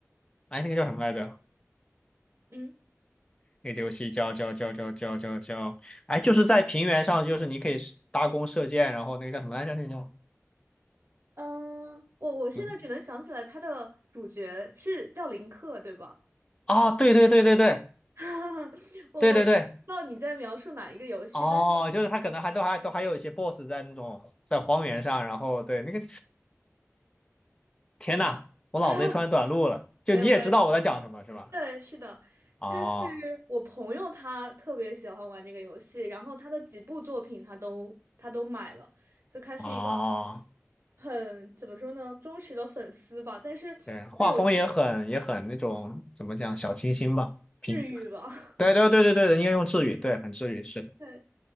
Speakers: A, on the left; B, on the right.
A: 哎，那个叫什么来着？
B: <laughs> 嗯。
A: 那个游戏叫叫叫叫叫叫叫，哎，就是在平原上，就是你可以是搭弓射箭，然后那个叫什么来着？那个叫，
B: 嗯，我我现在只能想起来他的主角是叫林克，
A: 嗯，
B: 对吧？
A: 哦，对对对对对
B: <laughs> 我我知道你在描述哪一个游戏，
A: 对对对。哦，
B: 但是
A: 就是他可能还都还都还有一些 boss 在那种在荒原上，然后对那个天呐，我脑子里突然短路了。
B: <laughs>
A: 就你也知道我在讲什么，
B: 没有关系。
A: 是吧？
B: 对，是的，
A: 哦
B: 就是我朋友他特别喜欢玩这个游戏，然后他的几部作品他都他都买了，就他是一个
A: 哦，
B: 很怎么说呢，忠实的粉丝吧，但是他有一
A: 对，画风也很也很那种怎么讲小清新吧，平。
B: 治愈吧。
A: 对对对对对，
B: <laughs>
A: 应该用治愈，对，很治愈，是的。
B: 对